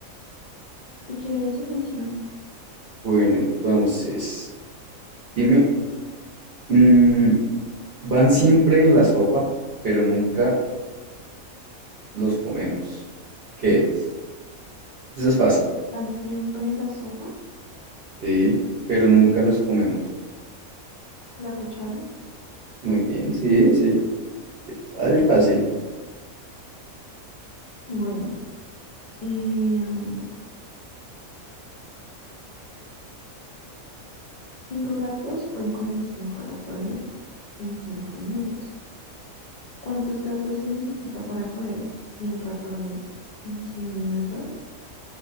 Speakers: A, on the left; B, on the right.
A: Si quieres, inicia.
B: Bueno, entonces, dime, mm, van siempre en la sopa, pero nunca los comemos. ¿Qué es? Eso es fácil,
A: ¿Van siempre en la sopa?
B: sí, pero nunca los comemos.
A: ¿La cuchara?
B: Muy bien, sí, sí, eh, ay, fácil.
A: Bueno, eh, mm, cinco gatos pueden coger cinco ratones en cinco minutos. ¿Cuántos gatos se necesita para coger cien ratones en 100 minutos?